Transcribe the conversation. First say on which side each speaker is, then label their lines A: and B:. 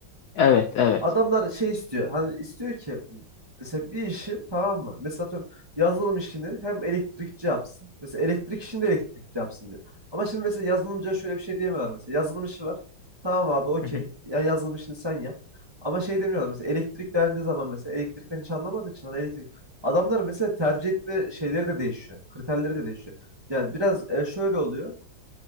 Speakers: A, on the left; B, on the right.
A: Evet, evet.
B: Adamlar şey istiyor. Hani istiyor ki mesela bir işi tamam mı? Mesela atıyorum yazılım işini hem elektrikçi yapsın. Mesela elektrik işini de elektrikçi yapsın diyor. Ama şimdi mesela yazılımcıya şöyle bir şey diyemiyorlar mesela. Yazılım işi var. Tamam abi okey.
A: Hı hı,
B: Ya yazılım işini sen yap. Ama şey demiyorlar mesela elektrik dendiği zaman mesela elektrikten hiç anlamadığı için hani elektrik. Adamlar mesela tercih etme şeyleri de değişiyor. Kriterleri de değişiyor. Yani biraz e, şöyle oluyor.